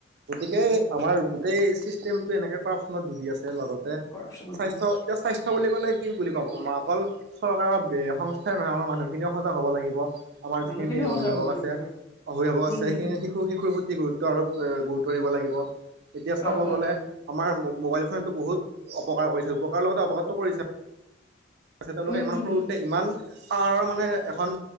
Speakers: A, on the right; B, on the left.
A: গতিকে।
B: উম
A: আমাৰ গোটেই চিষ্টেমটো এনেকে কৰাপচনত ডুবি আছে, লগতে
B: কৰাপচনত
A: স্বাস্থ্য
B: ডুবি গৈছে
A: এতিয়া স্বাস্থ্য। লে কি বুলি কমাৰ অকল চৰকাৰৰ বা সংস্থাই নহয় আমাৰ মানুহখিনিয়ও সজাগ হ'ব লাগিব। আমাৰ
B: মানুহখিনিও
A: যিখিনি
B: সজাগ
A: অভিভাৱক
B: হ'ব
A: আছে,
B: লাগিব বাৰু
A: অভিভাৱক আছে
B: উম
A: সেইখিনি
B: উম উম
A: শিশু শিশুৰ প্ৰতি গুৰুত্ব আৰ গুৰুত্ব। কৰিব লাগিব, এতিয়া চাব
B: অ অ
A: গ'লে
B: অ
A: আমাৰ ম'বাইল ফোন টো বহুত অপকাৰ কৰিছে, উপকাৰৰ লগতে অৱকাটো কৰিছে। তেওঁলোকে
B: উম
A: ইমান
B: উম
A: সৰুতে
B: উম
A: ইমান পাৰৰ মানে এখন